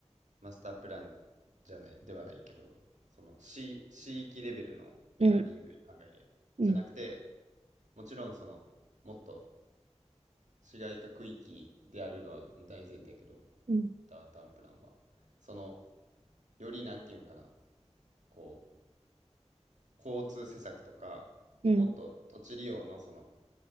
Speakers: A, on the right; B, on the right.
A: マスタープランじゃない、ではないけど、その市、市域レベルのプランニングで考えるやん。
B: うん。うん。
A: じゃなくて、もちろんその、もっと市街化区域であるのは大前提だけど、
B: うん。
A: ダウンタウンプランは。その、よりなんていうのかな、こう、交通施策とか、
B: うん。
A: もっと土地利用のその、